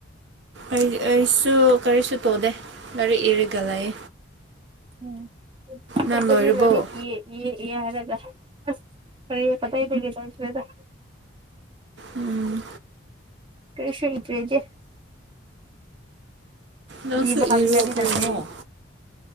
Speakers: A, on the right; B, on the right.
A: ꯑꯩ ꯑꯩꯁꯨ ꯀꯔꯤꯁꯨ ꯇꯧꯗꯦ ꯂꯥꯏꯔꯤꯛ ꯏꯔꯒ ꯂꯌꯦ꯫
B: ꯎꯝ
A: ꯅꯪ
B: ꯑꯈꯣꯏꯗꯤ
A: ꯂꯣꯏꯔꯕꯣ
B: ꯂꯥꯔꯤꯛ ꯏꯌꯦ ꯏꯌꯦ ꯏꯌꯦ ꯍꯥꯏꯔꯒ ꯑꯁ ꯀꯔꯤ ꯇꯕꯩꯗꯒꯤ ꯆꯈ꯭ꯔꯦꯗ
A: ꯎꯝ
B: ꯀꯔꯤꯁꯨ ꯏꯗ꯭ꯔꯦꯗꯤ
A: ꯅꯪꯁꯨ
B: ꯂꯤꯕ ꯀꯥꯜꯂꯦ
A: ꯏꯔꯣ
B: ꯍꯩꯅꯔꯦ
A: ꯀꯩꯅꯣ